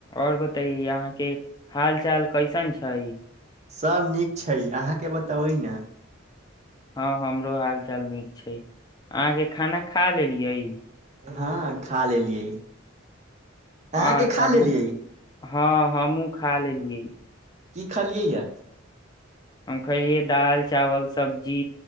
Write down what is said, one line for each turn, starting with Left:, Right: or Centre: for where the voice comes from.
Left: ओर बताय अहाँ के हाल चाल कैसन छै
Right: सभ नीक छै अहाँके बताबै ने
Left: हँ हमरो हाल चाल नीक छै अहाँ के खाना खा लेलियै
Right: हँ खा लेलियै अहाँके
Left: अच्छा
Right: खा लेलियै
Left: हँ हमहूँ खा लेलियै
Right: की खलियै यए
Left: हम खैलियै दाल चावल सब्जी